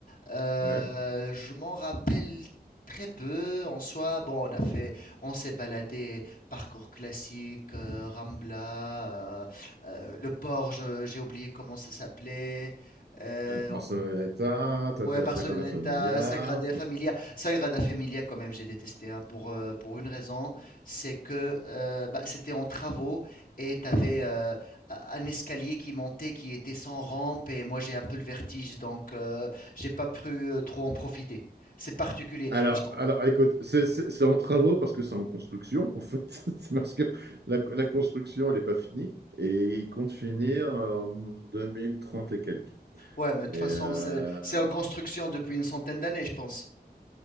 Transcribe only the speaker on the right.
Ouais.
Euh, Barceloneta, tu
as fait
la Sagrada Familia.
Alors,
alors écoute, c'est c'est- c'est en travaux parce que c'est en construction, en fait. <laughs> C'est parce que la, la construction, elle n'est pas finie et ils comptent finir en 2030 et quelques.
Et
euh,